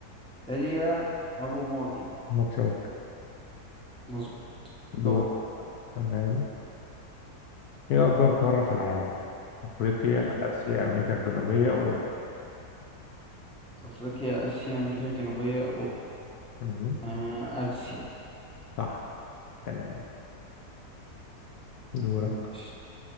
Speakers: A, in the centre; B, on the left.
A: إيليا أبو ماضي
B: متشوق
A: مظبوط
B: دور
A: دور
B: تمام ايه أكبر قارة في العالم؟ أفريقيا
A: مم.
B: آسيا أمريكا الجنوبية أوروبا
A: أفريقيا آسيا أمريكا الجنوبية أوروبا
B: مهم.
A: آه آسيا
B: صح تمام دورك
A: ماشي